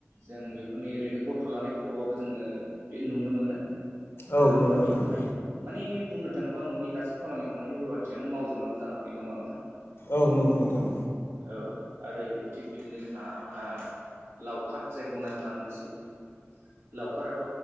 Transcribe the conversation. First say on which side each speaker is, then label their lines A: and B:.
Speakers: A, on the right; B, on the left.
A: जों बेफोरनि ओरैनो गथ' लानायफोरखौबाबो जोङो बे नुनो मोनो।
B: औ
A: ओ
B: नंगौ
A: रुवाथिखौहाय।
B: नोंथां
A: माने बुंनो थाङोबा न'नि गासै खामानिखौ माने रुवाथियानो मावजोबनांगौ जा फैयो नङा होनबा नोंथां?
B: औ नंगौ नोंथां
A: औ आरो थिग बिदिनो जोंहा आ लावखार जायखौ होनना जोंहा मोनथियो। लावखाराथ'